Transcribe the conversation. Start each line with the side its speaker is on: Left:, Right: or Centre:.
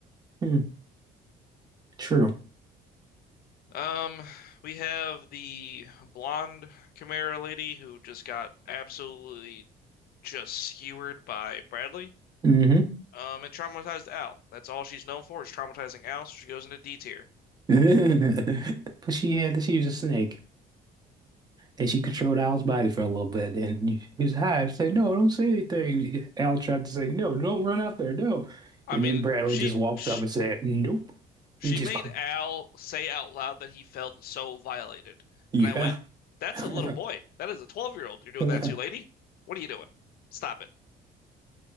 Right: hmm, true.
Left: Um, we have the blonde Chimera lady who just got absolutely just skewered by Bradley.
Right: hmm
Left: Um, and traumatized Al. That's all she's known for is traumatizing Al, so she goes into D tier.
Right: <laughs> But she had. She was a snake. And she controlled Al's body for a little bit, and he he was high. I'd say, "No, don't say anything." Al tried to say, "No, don't run out there, no."
Left: I
Right: And
Left: mean,
Right: then Bradley
Left: she,
Right: just walked
Left: she
Right: up and said, "Nope,"
Left: she
Right: and just,
Left: made
Right: cl-
Left: Al say out loud that he felt so violated,
Right: "Yeah,
Left: and I went, "That's
Right: <laughs>
Left: a little boy. That is a 12-year-old. You're doing
Right: I'm
Left: that to, lady. What are you doing? Stop it."